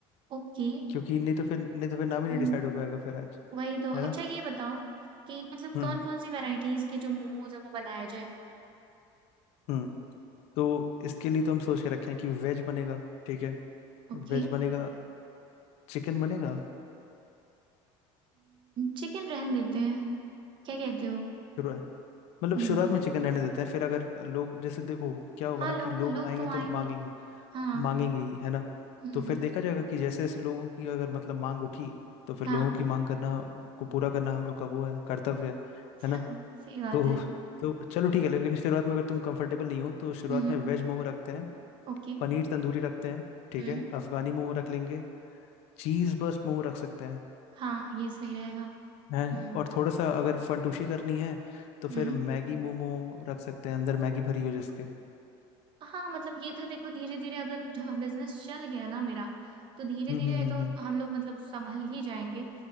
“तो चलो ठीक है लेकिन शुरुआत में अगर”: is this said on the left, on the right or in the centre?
Left